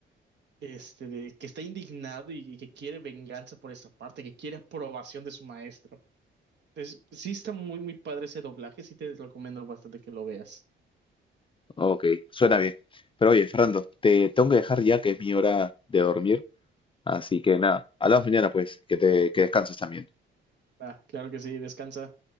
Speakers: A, on the right (about 60°); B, on the left (about 25°).
A: este, de- que está indignado y, y que quiere venganza por esa parte, que quiere aprobación de su maestro. Entonces, sí está muy, muy padre ese doblaje, sí te recomiendo bastante que lo veas.
B: Ok, suena bien. Pero oye, Fernando, te tengo que dejar ya que es mi hora de dormir. Así que nada, hablamos mañana pues, que te que descanses también.
A: Ah, claro que sí, descansa.